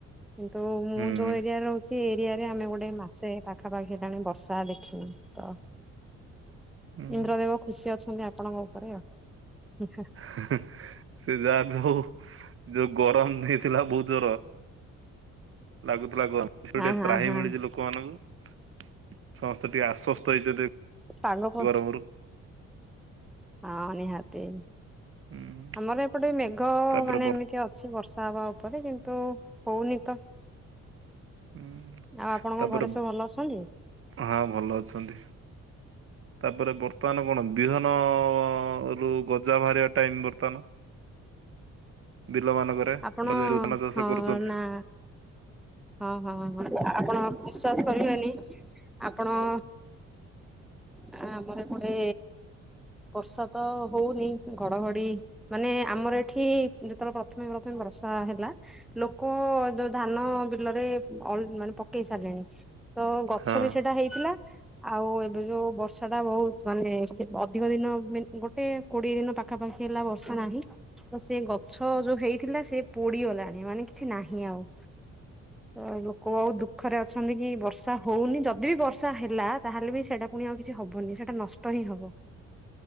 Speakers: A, in the centre; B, on the right (about 45°).
A: କିନ୍ତୁ ମୁଁ
B: ହୁଁ
A: ଯୋଉ ଏରିଆରେ ରହୁଛି। ଏରିଆରେ ଆମେ ଗୋଟେ ମାସେ ପାଖାପାଖି ହେଲାଣି ବର୍ଷା ଦେଖିନୁ ତ।
B: ହୁଁ।
A: ଇନ୍ଦ୍ରଦେବ ଖୁସି ଅଛନ୍ତି ଆପଣଙ୍କ ଉପରେ ଆ ହି ହା।
B: ହେ ହେ ସେ ଯାହା ବି ହଉ ଯୋଉ ଗରମ ହେଇଥିଲା ବହୁତ ଜୋର। ଲାଗୁଥିଲା ଗ <unintelligible>
A: ଆଉ
B: ଟିକେ
A: ହଁ
B: ତ୍ରାହି
A: ହଁ ହଁ
B: ମିଳିଛି ଲୋକମାନଙ୍କୁ ସମସ୍ତେ ଟିକେ ଆଶ୍ଵ ପାଇଛନ୍ତି
A: ପାଗ ପ
B: ଗରମ ରୁ।
A: ହଁ ନିହାତି
B: ହୁଁ
A: ଆମର ଏପଟେ ମେଘ
B: ତାପରେ
A: ମାନେ
B: ବର୍
A: ଏମିତି ଅ ଛି ବର୍ଷା ହବା ଉପରେ କିନ୍ତୁ ହଉନି ତ।
B: ହୁଁ।
A: ଆଉ ଆପଣଙ୍କ
B: ତାପରେ
A: ଘରେ ସବୁ ଭଲ ଅଛନ୍ତି?
B: ହଁ ଭଲ ଅଛନ୍ତି। ତାପରେ ବର୍ତ୍ତମାନ କଣ ବିହନରୁ ଗଜା ବାହାରିବା ଟାଇମ ବର୍ତ୍ତମାନ। ବିଲ ମାନଙ୍କ ରେ
A: ଆପଣ
B: <unintelligible> ଧାନ ଚାଷ
A: ହଁ
B: କରୁଛନ୍ତି।
A: ନା ହଁ ହଁ ହଁ ଆପଣ ବିଶ୍ୱାସ କରିବେନି ଆପଣ। ଏ ଆମର ଏପଟେ ବର୍ଷା ତ ହଉନି ଘଡଘଡି। ମାନେ ଆମର ଏଠି ଯେତେବେଳେ ପ୍ରଥମେ ପ୍ରଥମେ ବର୍ଷା ହେଲା। ଲୋକ ଯୋଉ ଧାନ ବି ବିଲରେ ଅଲ ମାନେ ପକେଇ ସାରିଲେଣି ତ ଗଛ
B: ହଁ।
A: ବି ସେଇଟା ହେଇଥିଲା। ଆଉ ଏବେ ଯୋଉ ବର୍ଷା ଟା ବହୁତ ମାନେ ଅଧିକ ଦିନ ମି ଗୋଟେ। କୋଡିଏ ଦିନ ପାଖାପାଖି ହେଲା ବର୍ଷା ନାହିଁ। ତ ସେ ଗଛ ଯୋଉ ହେଇଥିଲା ସେ ପୋଡିଗଲାଣି ମାନେ କିଛି ନାହିଁ ଆଉ। ଅ ଲୋକ ବହୁତ ଦୁଖରେ ଅଛ ଅଛନ୍ତି କି ବର୍ଷା ହଉନି ଯଦି ବି ବର୍ଷା ହେଲା ତାହେଲେ ବି ସେଇଟା ପୁଣି ଆଉ କିଛି ହବନି ସେଟା ନଷ୍ଟ ହିଁ ହବ।